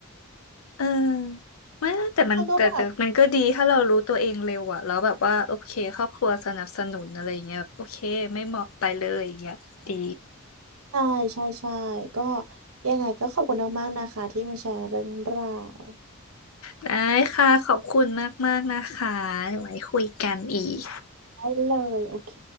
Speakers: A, on the left; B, on the right.
A: เออไม่นะแต่มันแต่แต่มันก็ดีถ้าเรารู้ตัวเองเร็วอะแล้วแบบว่าโอเคครอบครัวสนับสนุนอะไรอย่างเงี้ยแบบโอเคไม่เหมาะไปเลยอย่างเงี้ยดี
B: <laughs> เขาก็แบบใช่ใช่ใช่ก็ยังไงก็ขอบคุณมากๆนะคะที่มาแชร์เรื่องราว
A: ได้ค่ะขอบคุณมากๆนะคะเดี๋ยวไว้คุยกันอีก
B: ได้เลยโอเค